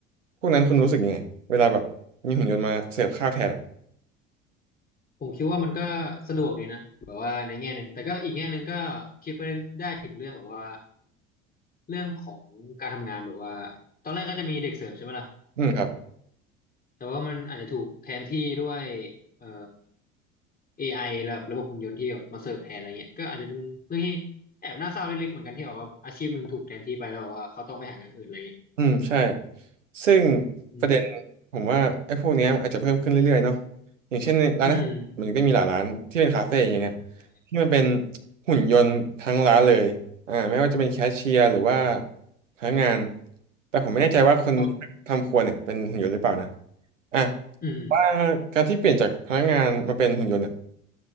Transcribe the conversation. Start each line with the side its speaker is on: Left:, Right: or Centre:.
Right: พวกนั้นคุณรู้สึกยังไงเวลาแบบมีหุ่นยนต์มาเสิร์ฟข้าวแทนอะ
Left: ผมคิดว่ามันก็สะดวกดีนะแบบว่าในแง่หนึ่งแต่ก็อีกแง่หนึ่งก็คิดไปได้ถึงเรื่องแบบว่าเรื่องของการทำงานแบบว่าตอนแรกก็จะมีเด็กเสิร์ฟใช่ไหมล่ะ
Right: อืมครับ
Left: แต่ว่ามันอาจจะถูกแทนที่ด้วยเอ่อ AI แบบระบบหุ่นยนต์ที่แบบมาเสิร์ฟแทนอะไรเงี้ยก็อาจจะเป็นเรื่องที่แอบน่าเศร้าเล็กๆเหมือนกันที่แบบว่าอาชีพหนึ่งถูกแทนที่ไปแล้วแบบว่าเขาต้องไปหางานอื่นอะไรเงี้ย
Right: อืมใช่ซึ่ง
Left: อืม
Right: ประเด็นผมว่าไอ้พวกเนี้ยอาจจะเพิ่มขึ้นเรื่อยๆเนาะอย่างเช่นในร้านอาหารมันก็มีหลายร้านที่เป็นคาเฟ่อย่างเงี้ย
Left: อืมใช่
Right: ที่มันเป็นหุ่นยนต์ทั้งร้านเลยอ่าไม่ว่าจะเป็นแคชเชียร์หรือว่าพนักงานแต่ผมไม่แน่ใจว่าคน
Left: ครับผม
Right: ทำครัวเนี่ยเป็นหุ่นยนต์หรือเปล่านะอ่ะ
Left: อืม
Right: ว่าการที่เปลี่ยนจากพนักงานมาเป็นหุ่นยนต์เนี่ย